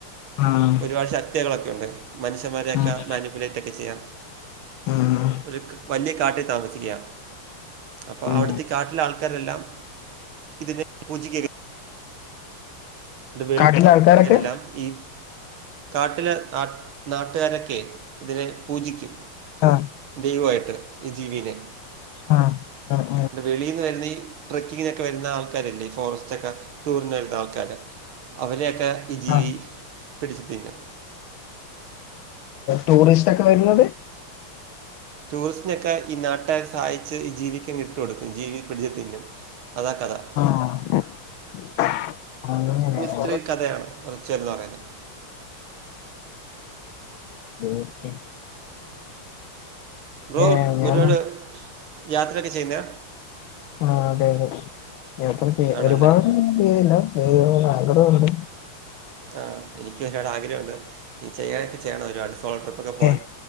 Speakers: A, on the left; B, on the right.
A: ആഹ്
B: ഒരുപാട് ശക്തികളൊക്കെുണ്ട് മനുഷ്യന്മാരെയൊക്കെ
A: ആഹ്
B: മാനിപ്പുലേറ്റ് ഒക്കെ ചെയ്യാൻ
A: ആഹ്
B: ഒരു വലിയ കാട്ടിൽ താമസിക്ക അപ്പ
A: ഉം
B: അവിടുത്തെ കാട്ടിലെ ആൾക്കാരെല്ലാം ഇതിനെ പൂജിക്ക വെളി
A: കാട്ടിലെ ആൾക്കാരൊക്കെ
B: എല്ലാം ഈ കാട്ടിലെ ആ നാട്ടുകാരൊക്കെ ഇതിനെ പൂജിക്കും.
A: ആഹ്
B: ദൈവമായിട്ട് ഈ ജീവീനെ
A: ആഹ് ആഹ്
B: വെളിന്ന് വരുന്ന ഈ ട്രക്കിങ്ങിനൊക്കെ വരുന്ന ആൾക്കാരില്ലേ, ഈ ഫോറസ്റ്റ്ക്കെ ടൂറിന് വരുന്ന ആൾക്കാര്. അവരെയൊക്കെ ഈ ജീവി
A: ആഹ് ആഹ്
B: പിടിച്ചു തിന്നും.
A: ടൂറിസ്റ്റ് ഒക്കെ വരുന്നത്.
B: ടൂറിസ്റ്റിനൊക്കെ ഈ നാട്ടകാർ സഹായിച്ച് ഈ ജീവിക്കങ്ങ് ഇട്ട് കൊടുക്കും. ജീവി പിടിച്ച് തിന്നും. അതാ കഥാ.
A: <unintelligible>
B: ഇചിരിയൊരു കഥയാണ് ചെറുതാ പറയുന്നത്.
A: <unintelligible>
B: ബ്രോ,
A: ഏഹ് ഞാൻ
B: ഒരുപാട് യാത്രയൊക്കെ ചെയ്യുന്ന
A: ആ അതെ അതെ യാത്ര ചെയ്യാ
B: ആണല്ലേ
A: ഒരുപാട് ഒന്നും ചെയ്യയില്ല. <unintelligible> ആഗ്രഹണ്ട്
B: ആ എനിക്ക് ഒരുപട് ആഗ്രഹമുണ്ട്. നീ ചെയ്യാനൊ ചെയ്യണം ഒരുപാട്. കോളോ ട്രിപ്പ്ക്കെ പോകാൻ
A: ഏഹ്